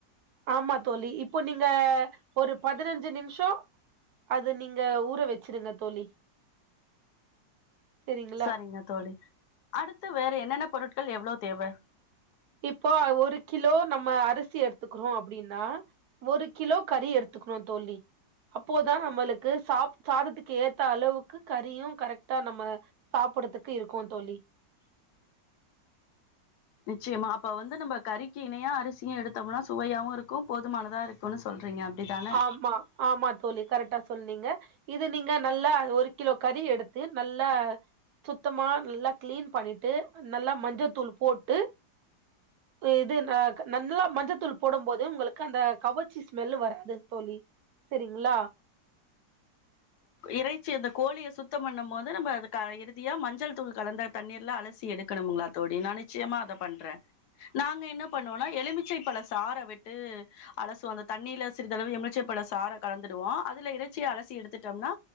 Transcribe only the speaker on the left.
சரிங்க தோழி அடுத்து வேற என்னென்ன பொருட்கள் எவ்ளோ தேவை
நிச்சயமா அப்ப வந்து நம்ப கறிக்கு இணையா அரிசியு எடுத்தோம்னா சுவையாவு இருக்கும் போதுமானதா இருக் க்குனு சொல்றீங்க அப்டி தானே
இறைச்சி அந்த கோழியை சுத்தம் பண்ணும் போது நம்ம அது இறுதியா மஞ்சள் தூள் கலந்த தண்ணீர்ல அலசி எடுக்கணுங்களா தோழி நா நிச்சயமா அத பண்றேன் நாங்க என்ன பண்ணுவோனா எலுமி ச்சு இப்ப நா சார விட்டு அலசுவோ ‌அந்த தண்ணியில சிறிதளவு எமிச்சைப்பழ சாரை கலந்துடுவோ அதுல இறைச்சிய அலசி எடுத்து த்துட்டோம்னா